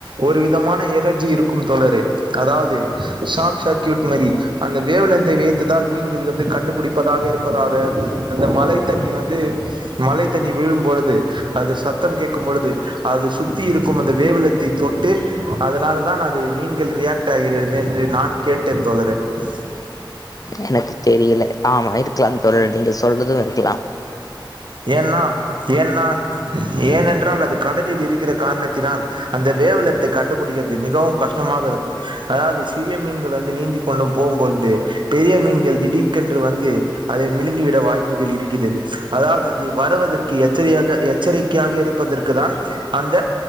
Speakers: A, on the right; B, on the left.
A: ஒரு விதமான எனர்ஜி இருக்கும் தோழரே அதாவது ஷார்ட் சர்க்யூட் மாரி அந்த வேவ்லென்த்தை வைத்துதான் மீன்கள் வந்து கண்டுபிடிப்பதாக இருப்பதாக அந்த மழைத் தண்ணி வந்து மழைத் தண்ணி விழும் பொழுது அது சத்தம் கேக்கும் பொழுது அது சுத்தி இருக்கும் அந்த வேவ்லென்த்தை தொட்டு அதனாலதான் அது மீன்கள் ரியாக்ட் ஆகிறது என்று நான் கேட்டேன் தோழரே. உ
B: எனக்கு தெரியல ஆமா இருக்கலாம் தோழரே நீங்க சொல்றது இருக்கலா.
A: ஏன்னா ஏன்னா ஏனென்றால் அது கடலில் இருக்கிற காரணத்தினால் அந்த வேவ்லென்த்தை கண்டுபிடிக்கிறது மிகவும் கஷ்டமாக இருக்கும். அதாவது சிறிய மீன்கள் வந்து நீந்திக் கொண்டு போகும்பொழுது பெரிய மீன்கள் திடீர்க்கென்று வந்து அதை விழுங்கி விட வாய்ப் புகள் இருக்கிறது. அதாவது இது வருவதற்கு எச்சரியாக எச்சரிக்கையாக இருப்பதற்கு தான் அந்த